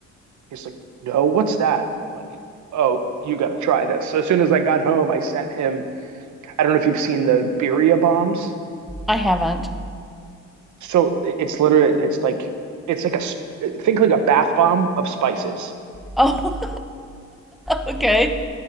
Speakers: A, on the right; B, in the centre.
A: He's like, no, what's that? I'm like, oh, you got to try this. So as soon as I got home, I sent him, I don't know if you've seen the birria bombs.
B: <laughs> I haven't.
A: So it's literally it's like it's like a think like a bath bomb of spices,
B: Oh. <laughs> okay.